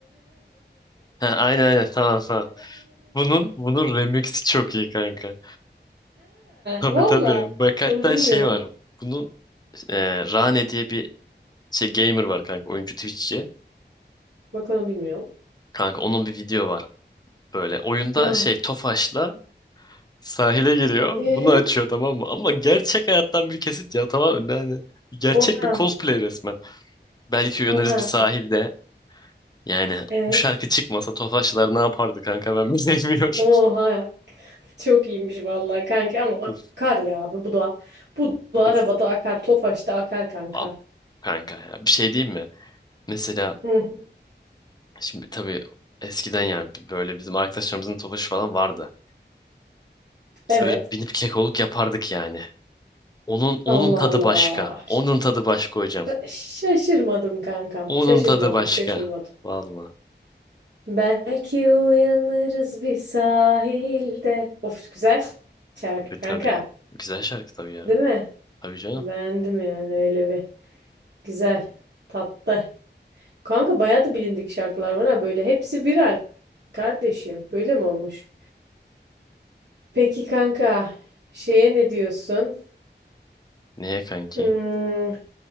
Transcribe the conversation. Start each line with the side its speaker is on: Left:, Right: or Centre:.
Left: Ha, aynen aynen tamam tamam. Bunun bunun remixi çok iyi kanka. Tabii
Right: valla.
Left: tabii. Bak hatta
Right: Onu bilmiyorum
Left: şey var.
Right: ha.
Left: Bunun e, Rane diye bir şey gamer var kanka oyuncu Twitch'çi.
Right: Bak onu bilmiyorum.
Left: Kanka onun bir video var. Böyle oyunda
Right: Ya.
Left: şey Tofaş'la sahile giriyor.
Right: E.
Left: Bunu açıyor tamam mı? Ama gerçek hayattan bir kesit ya tamam mı? Yani gerçek
Right: Oha.
Left: bir cosplay resmen. Belki uyanırız
Right: Oha.
Left: bir sahilde. Yani
Right: Evet.
Left: bu şarkı çıkmasa Tofaşlar ne yapardı kanka ben bilmiyorum.
Right: Oha.
Left: <laughs>
Right: Çok iyiymiş vallahi kanka ama
Left: Uf
Right: akar ya abi bu da. Bu da arabada
Left: uf.
Right: akar. Tofaş'ta akar kanka.
Left: Abi, kanka ya bir şey diyeyim mi? Mesela
Right: Hı.
Left: şimdi tabii eskiden yani böyle bizim arkadaşlarımızın Tofaşı falan vardı. Biz
Right: Evet.
Left: böyle binip kekoluk yapardık yani. Onun onun
Right: Allah
Left: tadı
Right: Allah.
Left: başka. Onun
Right: Ş-
Left: tadı başka hocam.
Right: Şaşırmadım kankam.
Left: Onun
Right: Şaşırmadım,
Left: tadı başka.
Right: şaşırmadım.
Left: Vallahi.
Right: Belki uyanırız bir sahilde. Of güzel şarkı
Left: Tabii
Right: kanka.
Left: tabii. Güzel şarkı tabii ya.
Right: Değil mi?
Left: Tabii canım.
Right: Beğendim yani öyle bir. Güzel. Tatlı. Kanka bayağı da bilindik şarkılar var ha böyle. Hepsi viral kardeşim. Böyle mi olmuş? Peki kanka şeye ne diyorsun?
Left: Niye kanki?
Right: Hmm,